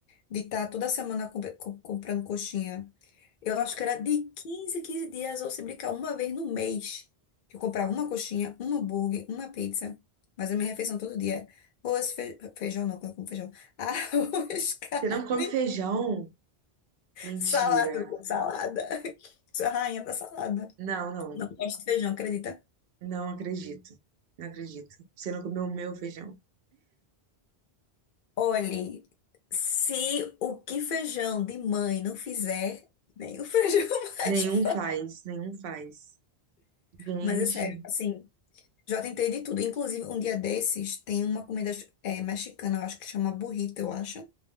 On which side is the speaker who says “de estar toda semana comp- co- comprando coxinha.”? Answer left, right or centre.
Left